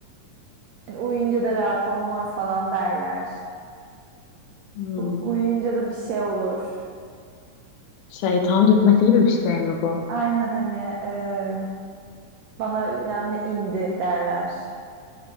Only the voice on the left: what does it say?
Hmm.
Şeytan dürtmesi gibi bir şey mi bu?